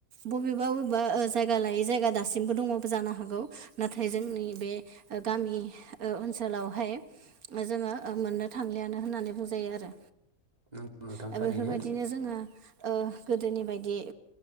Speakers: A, on the right (about 85°); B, on the right (about 30°).
A: बबेबा बबेबा ओ जायगा लायै जायगा दासिमबो दङ जानो हागौ। नाथाय जोंनि बे गामि ओ ओनसोलावहाय जोङो मोननो थांलियानो। होननानै बुंजायो आरो।
B: नंगौ नोंथां
A: दा
B: थारैनो
A: बेफोरदिनो जोङो ओ गोदोनि बादि‌ बिदि